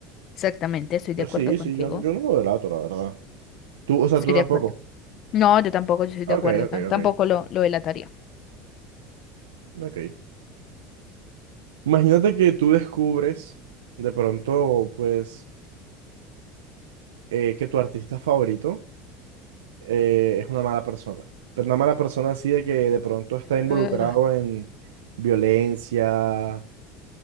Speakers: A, on the left; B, on the right.
A: Exactamente, estoy
B: Pero
A: de acuerdo
B: sí,
A: contigo.
B: sí, yo, yo no lo delato, la verdad. Tú, o sea,
A: Estoy
B: tú tampoco.
A: de acuerdo. No, yo tampoco, yo estoy
B: Ok,
A: de acuerdo.
B: ok,
A: tam-
B: ok,
A: Tampoco lo, lo delataría.
B: ok. Imagínate que tú descubres de pronto, pues, eh, que tu artista favorito eh, es una mala persona. Pero una mala persona así de que de pronto está
A: Ugh.
B: involucrado en violencia,